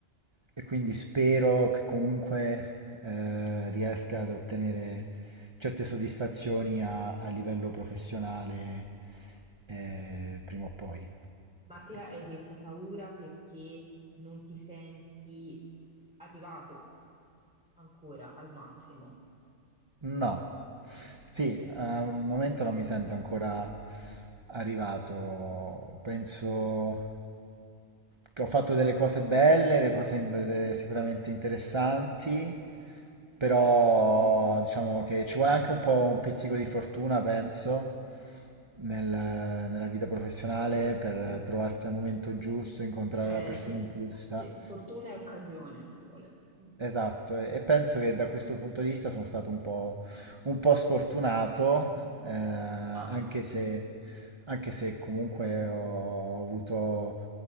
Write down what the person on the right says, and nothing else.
e quindi spero che comunque eh, riesca ad ottenere certe soddisfazioni a, a livello professionale eh, prima o poi.
No, sì,
al momento non mi sento ancora arrivato. Penso che ho fatto delle cose belle, le cose in- de- sicuramente interessanti, però diciamo che ci vuole anche un po' un pizzico di fortuna, penso, nel- nella vita professionale per
trovarti al momento giusto, incontrare
la persona
giusta.
Esatto, e e penso
che da questo punto di vista sono stato un po', un po' sfortunato, eh, anche
se, anche se comunque ho avuto